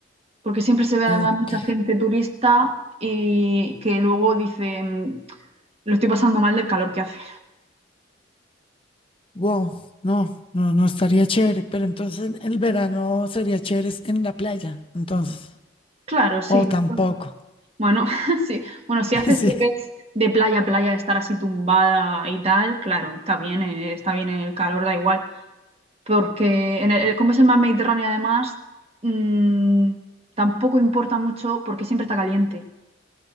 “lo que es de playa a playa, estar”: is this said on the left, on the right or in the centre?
Right